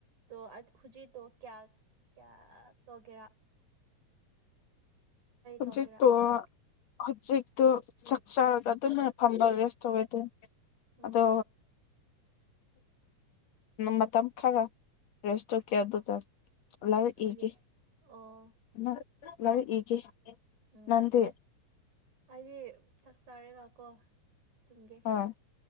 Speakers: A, on the right; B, on the left.
A: ꯣ ꯍꯧꯖꯤꯣ ꯀꯌꯥ ꯀꯌꯥ ꯇꯒꯦꯔꯥ ꯇꯧꯒꯦꯔꯥ
B: ꯆ ꯇꯣ
A: ꯍꯧꯖꯤꯛ
B: ꯍꯧꯖꯤꯛꯇꯣ ꯆꯥꯛ ꯆꯥꯔꯒ ꯑꯗꯨꯅ ꯐꯝꯕ ꯔꯦꯁ ꯇꯧꯔꯤꯗ
A: ꯎꯝ
B: ꯑꯗꯣ꯫ ꯃꯇꯝ ꯈꯔ ꯔꯦꯁ ꯇꯧꯀꯦ ꯑꯗꯨꯒ ꯂꯧꯔꯛꯏꯒꯦ
A: ꯇꯨꯡꯒꯤ ꯑꯣ
B: ꯅꯠ ꯂꯥꯏꯔꯤꯛ ꯏꯒꯦ
A: ꯎꯝ
B: ꯅꯪꯗꯤ
A: ꯑꯩꯗꯤ ꯆꯥꯛ ꯆꯔꯦꯒ ꯀꯣ꯫ ꯇꯨꯝꯒꯦ
B: ꯍ